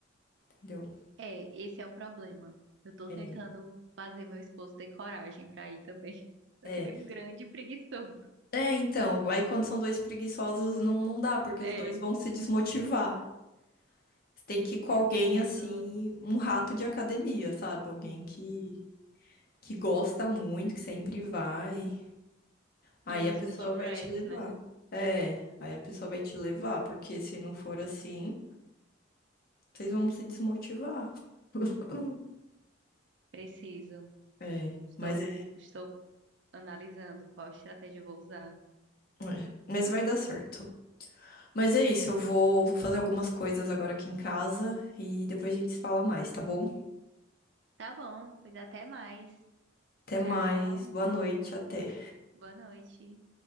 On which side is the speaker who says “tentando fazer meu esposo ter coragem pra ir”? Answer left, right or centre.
Right